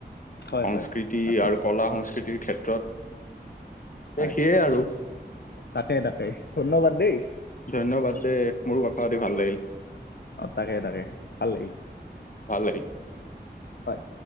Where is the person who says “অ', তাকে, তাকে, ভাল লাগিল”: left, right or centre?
Left